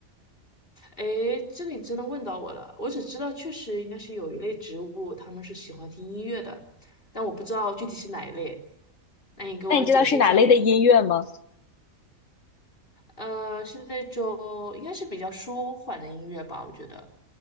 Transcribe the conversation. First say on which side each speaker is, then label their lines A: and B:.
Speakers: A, on the left; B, on the left.
A: 诶，这个你真的问到我了。我只知道确实应该是有一类植物，它们是喜欢听音乐的，但我不知道具体是哪一类。那你给我解释一下呗？
B: <laughs> 那你知道是哪类的音乐吗？
A: 呃，是那种应该是比较舒缓的音乐吧，我觉得。